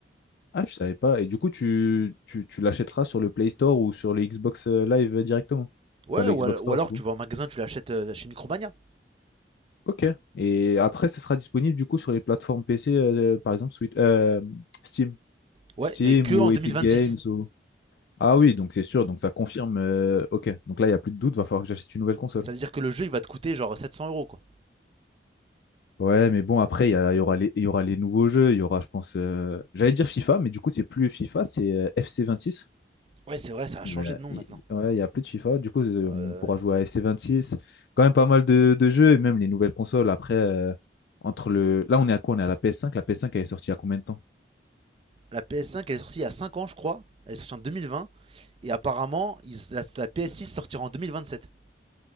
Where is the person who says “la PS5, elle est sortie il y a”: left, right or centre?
Right